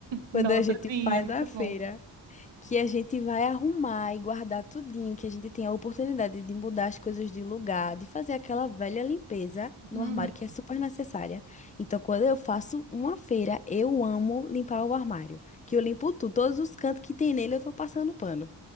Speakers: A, on the left; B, on the right.
A: Quando
B: Nossa,
A: a gente
B: sim,
A: faz
B: é muito
A: a feira,
B: bom.
A: que a gente vai arrumar e guardar tudinho, que a gente tem a oportunidade de mudar as coisas de lugar, de fazer aquela velha limpeza no
B: Uhum.
A: armário que é super necessária. Então, quando eu faço uma feira, eu amo limpar o armário, que eu limpo tudo, todos os cantos que tem nele eu tô passando pano.